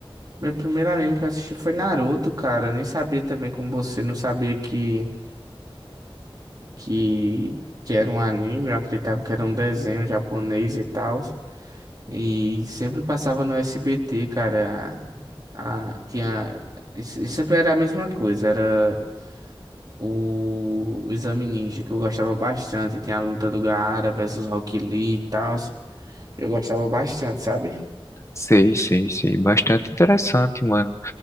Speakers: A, on the right (about 45°); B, on the left (about 30°).
A: Meu primeiro anime que eu assisti foi Naruto, cara. Eu nem sabia também como você, não sabia que, que, que era um anime, eu acreditava que era um desenho japonês e tal. E sempre passava no SBT, cara. A, tinha, e se- e sempre era a mesma coisa, era o, o Exame Ninja, que eu gostava bastante. Tinha a luta do Gaara versus Rock Lee e tal. Eu gostava bastante, sabe?
B: Sei, sei, sei. Bastante interessante, mano.